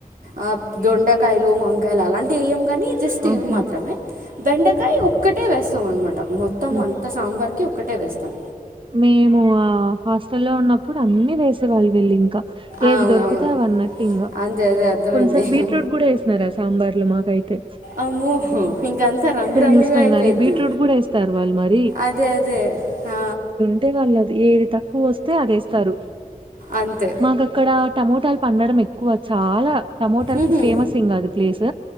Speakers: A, on the right; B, on the right.
A: ఆ దొండకాయలు వంకాయలు అలాంటివి ఏం కానీ. అ జస్ట్
B: ఆహా
A: ఇవి మాత్రమే బెండకాయ ఒక్కటే వేస్తాం అన్నమాట మొత్తం
B: ఉమ్.
A: అంత సాంబార్కి‌ ఒక్కటే వేస్తాం.
B: మేము ఆ హాస్టల్ లో ఉన్నప్పుడు అన్ని వేసే వాళ్ళు వీళ్ళు ఇంకా. ఏవి
A: అవునవును
B: దొరుకుత అవన్నట్టు ఇంకా
A: అంతే అదే అర్థమైంది
B: కొంచసలు బీట్రూట్ కూడా వేస్తున్నారా సాంబార్. ఇట్ల మాక్ అయితే.
A: అమ్మో ఇంకంతా రంగురంగుగా
B: చూస్తాం
A: అయిపోయిద్ది
B: గాని బీట్రూట్ కూడా వేస్తారు వాళ్ళు మరి
A: అదే అదే. ఆ.
B: అంటే వాళ్ళది ఏది తక్కువ వస్తే అది వేస్తారు
A: అంతే
B: మాకక్కడ. టమోటాలు పందడం ఎక్కువ చాలా. టమోటాకి
A: ఉహుం,
B: ఫేమస్ ఇంకా అది ప్లేస్